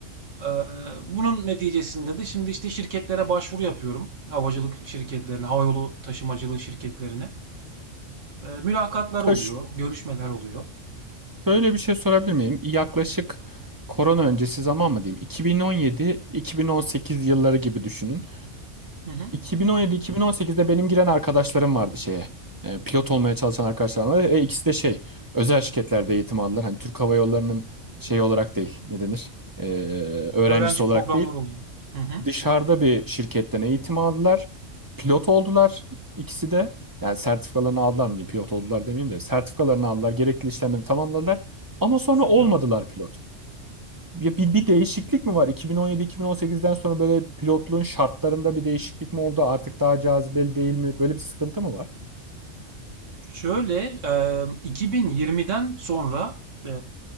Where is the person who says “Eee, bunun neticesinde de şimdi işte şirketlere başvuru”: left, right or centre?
Right